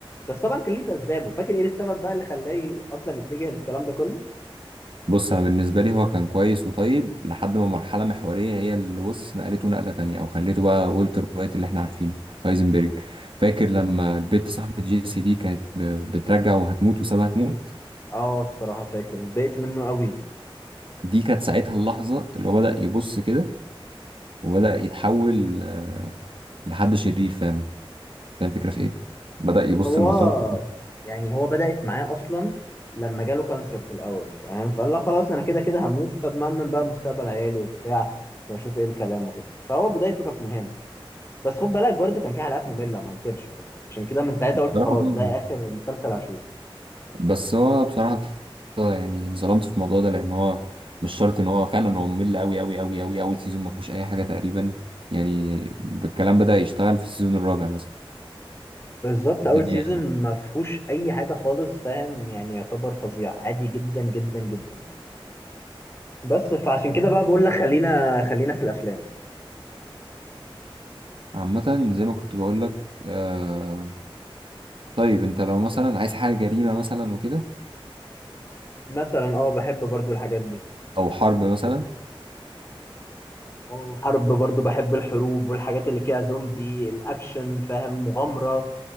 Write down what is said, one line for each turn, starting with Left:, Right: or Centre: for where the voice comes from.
Left: بس طبعا كان ليه اسبابه فاكر ايه السبب بقى اللي خلاه اصلا يتجه للكلام ده كله
Right: بص أنا بالنسبة لي هو كان كويس وطيب لحد ما مرحلة محورية هي اللي بص نقلته نقلة تانية أو خليته بقى والتر وايت اللي إحنا عارفينه هايزنبرج فاكر لما البت صاحبة جيسي دي كانت ب- بترجع وهتموت وسابها تموت
Left: اه الصراحة فاكر اتضايقت منه قوي
Right: دي كانت ساعتها اللحظة اللي هو بدأ يبص كده وبدأ يتحول آه، لحد شرير فعلا هي الفكرة في إيه؟ بدأ يبص
Left: هو
Right: لمصالحه
Left: يعني هو بدأت معاه أصلا لما جاله كانسر في الأول فاهم فقال لا خلاص أنا كده كده هموت طب ما أمن بقى مستقبل عيالي وبتاع وأشوف إيه الكلام وكده فهو بدايته كانت من هنا بس خد بالك برضو كان في حلقات مملة ما انكرش برضو عشان كده من ساعتها قلت
Right: بصراحة
Left: خلاص
Right: آه.
Left: ده آخر مسلسل هشوفه
Right: بس هو بصراحة آه، يعني اتظلمت في الموضوع ده لأن هو مش شرط إن هو فعلا هو ممل أوي أوي أوي أوي أول سيزون ما فيهوش أي حاجة تقريبا يعني الكلام بدأ يشتغل في السيزون الرابع مثلا
Left: بالظبط
Right: الدنيا
Left: أول سيزون ما فيهوش أي حاجة خالص فاهم يعني يعتبر فظيع عادي جدا جدا جدا بس فعشان كده بقى بقول لك خلينا خلينا في الأفلام
Right: عامة زي ما كنت بقول لك آه طيب أنت لو مثلا عايز حاجة جريمة مثلا وكده
Left: مثلا اه بحب برضو الحاجات دي
Right: أو حرب مثلا
Left: اه حرب برضو بحب الحروب والحاجات اللي فيها زومبي الاكشن فاهم مغامرة